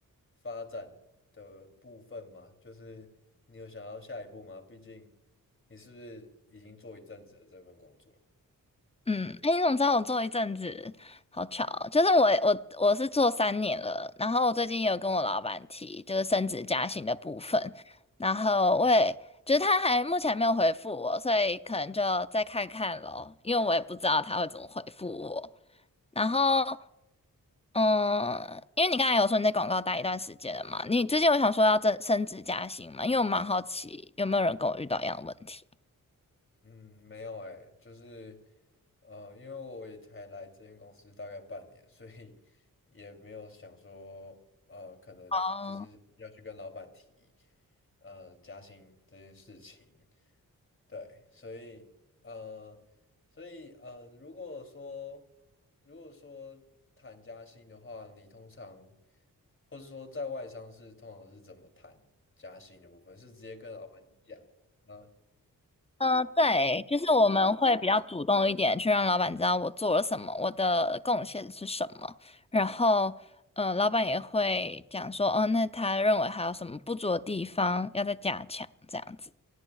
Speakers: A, on the left; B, on the left.
A: 发展的部分吗？就是你有想要下一步吗？毕竟你是不是已经做一阵子了这份工作？
B: 嗯，哎，你怎么知道我做一阵子？好巧哦就是我我我是做三年了，然后我最近也有跟我老板提，就是升职加薪的部分，然后我也就是他还目前还没有回复我，所以可能就再看看咯，因为我也不知道他会怎么回复我。然后嗯，因为你刚才有说你在广告待一段时间了嘛，你最近有想说要增升职加薪嘛？因为我蛮好奇有没有人跟我遇到一样的问题。
A: 嗯，没有诶，就是呃，因为我也才来这间公司大概半年，所以也没有想说呃，可能就是要去跟老板提
B: 哦，
A: 呃加薪这件事情。对，所以呃，所以呃，如果说如果说谈加薪的话，你通常或是说在外商是通常是怎么谈加薪的部分？是直接跟老板讲啊，
B: 嗯，对，就是我们会比较主动一点，去让老板知道我做了什么，我的贡献是什么，然后，呃，老板也会讲说，哦，那他认为还有什么不足的地方要再加强，这样子。